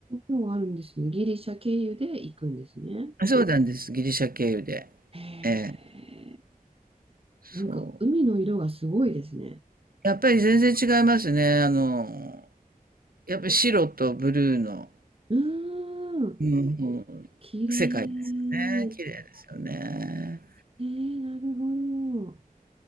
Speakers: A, on the right (about 40°); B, on the right (about 75°).
A: うがあるんですね。ギリシャ経由で行くんですね。
B: あそうなんです。ギリシャ経由で。
A: へえ
B: ええ、そう。
A: なんか海の色がすごいですね。
B: やっぱり全然違いますね。あの、やっぱり白とブルーの、
A: うーん、
B: うんうん世界ですよね。
A: 綺麗。
B: 綺麗ですよね。
A: えーなるほど。